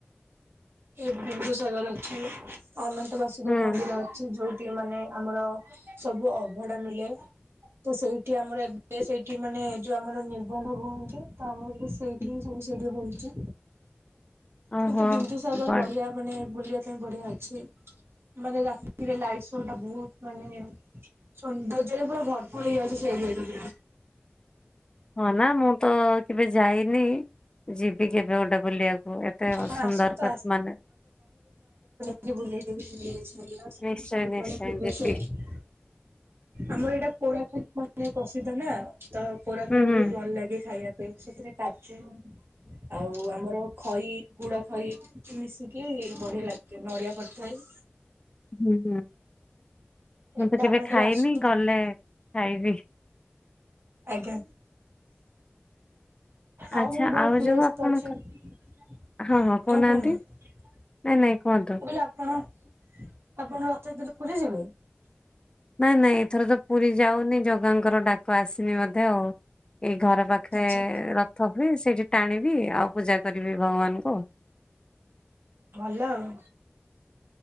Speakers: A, on the right (about 90°); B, on the left (about 25°).
A: ଏ ବିନ୍ଦୁସାଗର ଅଛି। ଅନନ୍ତବାସୁଦେବ
B: ହୁଁ
A: ମନ୍ଦିର ଅଛି। ଯୋଉଠି ମାନେ ଆମର ସବୁ ଅଭଢା ମିଳେ ତ ସେଇଠି ଆମର ଏବେ ସେଇଠି ମାନେ ଯୋଉ ଆମର ନିର୍ବନ୍ଧ ହୁଅନ୍ତି। ତ ଆମର ସେଇଠି
B: ହୁଁ
A: ହିଁ ସବୁ ସେଇଠି ହଉଛି।
B: ଓହୋ
A: କିନ୍ତୁ ବିନ୍ଦୁସାଗର
B: ବ
A: ବଢଆ ମାନେ ବୁଲିବା ପାଇଁ ବଢିଆ ଅଛି। ମାନେ ରାତିରେ ଲାଇଟ ଶୋ ଟା ବହୁତ ମାନେ ସୌନ୍ଦର୍ଯ୍ୟରେ ପୁରା ଭରପୁର ହେଇଯାଉଛି। ସେ ଏରିଆ ରୁ ବି
B: ହଁ ନା ମୁଁ ତ କେବେ ଯାଇନି। ଯିବି କେବେ ଗୋଟେ ବୁଲିବାକୁ। ଏତେ
A: ଆପଣ
B: ସୁନ୍ଦର
A: ଆସନ୍ତୁ
B: କରିଚି ମାନେ
A: ଯିବୁ <unintelligible> ସାଇଟ୍
B: ନିଶ୍ଚୟ
A: ମନେ
B: ନିଶ୍ଚୟ
A: ଭୁବନେଶ୍ଵରରେ।
B: ଯିବି।
A: ଆମର ଏଇଟା କୋରାପୁଟ ମାନେ ପ୍ରସିଦ୍ଧ ନା ତ କୋରା
B: ହୁଁ
A: ଫୋରା
B: ହୁଁ।
A: ବହୁତ ଭଲ ଲାଗେ ଖାଇବା ପାଇଁ ସେଥିରେ କାଜୁ ଆଉ ଆମର ଖଇ ଗୁଡ ଖଇ ମିଶିକି ବଢିଆ ଲାଗେ ନଡିଆ ପଡିଥାଏ। <inaudible>
B: ହୁଁ ହୁଁ ମୁଁ
A: ଏମିତି
B: ତ କେବେ
A: ଆପଣ
B: ଖାଇନି
A: ଆସନ୍ତୁ
B: ଗଲେ ଖାଇବି।
A: ଆଜ୍ଞା। ଆଉ
B: ଆଚ୍ଛା
A: ବି ବହୁତ ପ୍ଲେସ
B: ଯୋଉ ଆପଣଙ୍କ
A: ଅଛି। ଆଉ
B: ହଁ ହଁ କହୁନାହାନ୍ତି
A: କୁହନ୍ତୁ ମୁଁ
B: ନାଇଁ ନାଇଁ କୁହନ୍ତୁ।
A: କହିଲି ଆପଣ ଆପଣ ରଥଯାତ୍ରା କୁ ପୁରୀ ଯିବେ?
B: ନାଇଁ ନାଇଁ ଏଥର ତ ପୁରୀ ଯାଉନି ଜଗାଙ୍କର ଡାକ ଆସିନି ବୋଧେ ଆଉ ଏଇ ଘର ପାଖ ପାଖରେ
A: ଆଚ୍ଛା
B: ରଥ ହୁଏ ସେଇଠି ଟାଣିବି ଆଉ ପୂଜା କରିବି ଭଗବାନଙ୍କୁ।
A: ଭଲ ଆଉ।